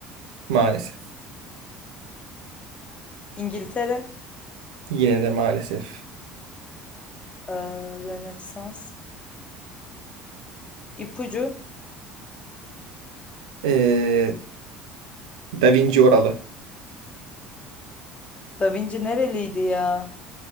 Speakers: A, on the right (about 80°); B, on the left (about 30°).
A: maalesef.
B: İngiltere,
A: Yine de maalesef.
B: eee, Rönesans, İpucu.
A: Ee, Da Vinci oralı.
B: Da Vinci nereliydi ya?